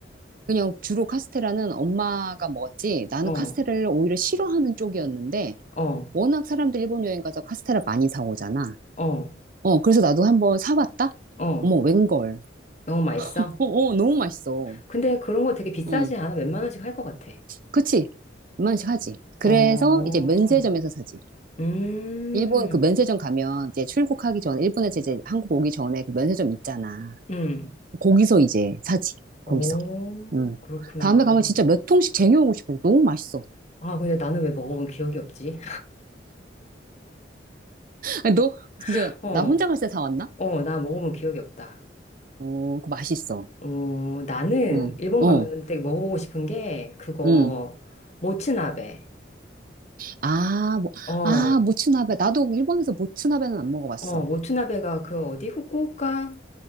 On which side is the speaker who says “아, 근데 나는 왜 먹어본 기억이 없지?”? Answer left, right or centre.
Left